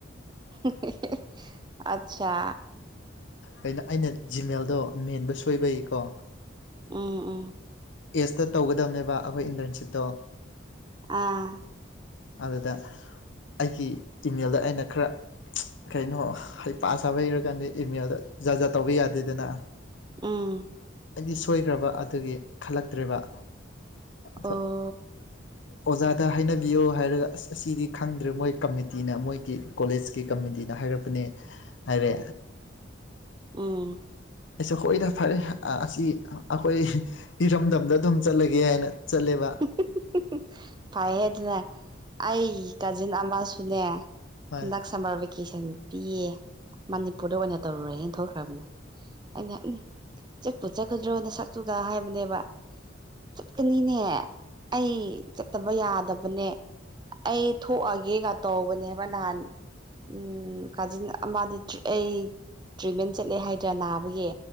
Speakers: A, on the right; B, on the left.
A: <unintelligible> ꯑꯠꯁꯥ
B: ꯀꯩꯅꯣ ꯑꯩꯅ ꯖꯤꯃꯦꯜꯗꯣ ꯃꯦꯟꯕ ꯁꯣꯏꯕꯩꯀꯣ
A: ꯎꯝ ꯎꯝ
B: ꯑꯦꯖꯇ ꯇꯧꯒꯗꯕꯅꯦꯕ ꯑꯩꯈꯣꯏ ꯏꯟꯇꯔꯟꯁꯤꯞꯇꯣ
A: ꯑꯥ
B: ꯑꯗꯨꯗ ꯑꯩꯒꯤ ꯏꯃꯦꯜꯗ ꯑꯩꯅ ꯈꯔ ꯀꯩꯅꯣ ꯍꯩꯄꯥ ꯁꯥꯕꯩꯔꯥ ꯈꯪꯗꯦ ꯏꯃꯦꯜꯗ ꯖꯥ ꯖꯥꯠ ꯇꯧꯕ ꯌꯥꯗꯦꯗꯅ
A: ꯎꯝ
B: ꯑꯩꯗꯤ ꯁꯣꯏꯈ꯭ꯔꯕ ꯑꯗꯨꯒꯤ ꯈꯜꯂꯛꯇ꯭ꯔꯦꯕ ꯑꯗꯣ
A: ꯑꯣ
B: ꯑꯣꯖꯥꯗ ꯍꯥꯏꯅꯕꯤꯌꯣ ꯍꯥꯏꯔꯒ ꯑꯁ ꯑꯁꯤꯗꯤ ꯈꯪꯗ꯭ꯔꯦ ꯃꯣꯏ ꯀꯃꯤꯇꯤꯅ ꯃꯣꯏꯒꯤ ꯀꯣꯂꯦꯖꯀꯤ ꯀꯃꯤꯇꯤꯅ ꯍꯥꯏꯔꯛꯄꯅꯦ ꯍꯥꯏꯔꯦ
A: ꯎꯝ
B: ꯑꯩꯁꯨ ꯍꯣꯏꯗ ꯐꯔꯦ ꯑ ꯑꯁꯤ ꯑꯩꯈꯣꯏ ꯏꯔꯝꯗꯝꯗ ꯑꯗꯨꯝ ꯆꯠꯂꯒꯦ ꯍꯥꯏꯅ ꯆꯠꯂꯦꯕ
A: <unintelligible> ꯐꯩꯌꯦ ꯑꯗꯨꯅꯦ ꯑꯩꯒꯤ ꯀꯥꯖꯤꯟ ꯑꯃꯁꯨꯅꯦ
B: ꯍꯣꯏ
A: ꯍꯟꯗꯛ ꯁꯝꯃꯔ ꯚꯦꯀꯦꯁꯟ ꯄꯤꯌꯦ ꯃꯅꯤꯄꯨꯔꯗ ꯑꯣꯏꯅ ꯇꯧꯔꯨꯔꯦꯅ ꯊꯣꯛꯈ꯭ꯔꯕꯅꯦ ꯑꯩꯅ ꯎꯝ ꯆꯠꯄꯨ ꯆꯠꯀꯗ꯭ꯔꯣ ꯅꯁꯛꯇꯨꯒ ꯍꯥꯏꯕꯅꯦꯕ ꯆꯠꯀꯅꯤꯅꯦ ꯑꯩ ꯆꯠꯇꯕ ꯌꯥꯗꯕꯅꯦ ꯑꯩ ꯊꯣꯛꯑꯒꯦꯒ ꯇꯧꯕꯅꯦꯕ ꯅꯍꯥꯟ ꯎꯝ ꯀꯥꯖꯤꯟ ꯃꯥꯗꯤ ꯑꯩ ꯇ꯭ꯔꯤꯠꯃꯦꯟ ꯆꯠꯂꯦ ꯍꯥꯏꯗ꯭ꯔꯥ ꯅꯥꯕꯒꯤ